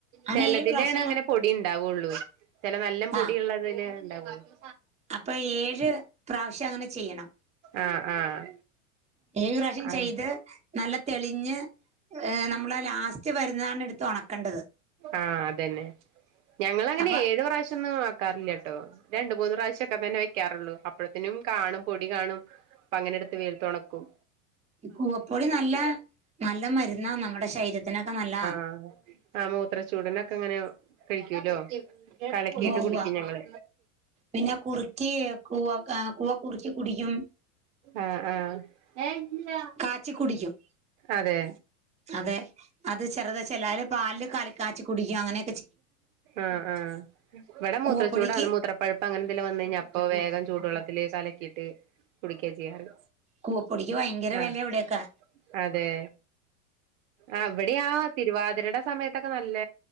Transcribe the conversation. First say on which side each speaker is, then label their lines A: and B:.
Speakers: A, on the right (about 15°); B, on the right (about 65°).
A: അങ്ങനെ
B: ചെലാതിലേണ്
A: ഏഴ് പ്രാവശ്യം
B: അങ്ങനെ പൊടി ഉണ്ടാവൊള്ളൂ ചെലെ നല്ല പൊടി
A: ആ
B: ള്ളതില് ഉണ്ടാവൊള്ളൂ
A: അപ്പൊ ഏഴ് പ്രാവശ്യം അങ്ങനെ ചെയ്യണം
B: ആഹ് ആഹ്
A: ഏഴ് പ്രാവശ്യം
B: അൻ
A: ചെയ്ത് നല്ല തെളിഞ്ഞ് നമ്മള ലാസ്റ്റ് വരുന്നതാണ് എടുത്ത് ഉണക്കേണ്ടത്
B: ആഹ് അതന്നെ ഞങ്ങളങ്ങനെ
A: അപ്പൊ
B: കഴിഞ്ഞ പ്രാവശ്യം ന്നും മാക്കാറില്ല ട്ടോ രണ്ട് മൂന്ന് പ്രാവശ്യൊക്കെ തന്നെ വെക്കാറൊള്ളൂ അപ്പഴ ത്തിനും കാണും പൊടി കാണും അപ്പ അങ്ങനെ ട്ത്ത് വെയിലത്തൊ ണക്കും
A: ഈ കുവപ്പൊടി നല്ല നല്ല മരുന്നാ നമ്മുടെ ശരീരത്തിനൊക്കെ നല്ലാ
B: ആഹ് ആഹ് മൂത്രച്ചൂടിനൊക്കെ അങ്ങനെ കഴികോല്ലോ കലകീട്ട്
A: ഉവ്വ
B: കുടിക്കും ഞങ്ങള്
A: പിന്നെ കുറുക്കി കൂവ കാണാ കൂവ കുറുക്കി കുടിക്കും
B: ആഹ് ആഹ്
A: കാച്ചി കുടിക്കും
B: അതെയ്
A: അതെ അത് ചെറുത് ചെലാര് പാലില് കലക്കാച്ചി കുടിക്ക അങ്ങനെ
B: ആഹ് ആഹ് ഇവടെ മൂത്ര
A: കൂവപ്പൊടിക്ക്
B: ചൂടാണ് മൂത്രപ്പഴുപ് അപ്പ അങ്ങനെന്തെല്ലാം വന്ന് കഴിഞ്ഞാ അപ്പൊ വേഗം ചൂടുവ ള്ളത്തില് കലക്കിട്ട് കുടിക്കാ ചെയ്യാറ്
A: കൂവപ്പൊടിക്ക് ഭയങ്കര വെലെ
B: ആഹ്
A: ഇവിടൊയൊക്കെ
B: അതെ ആഹ് ഇവിടെയാ തിരുവാതിരടെ സമയത്തൊക്കെ നല്ല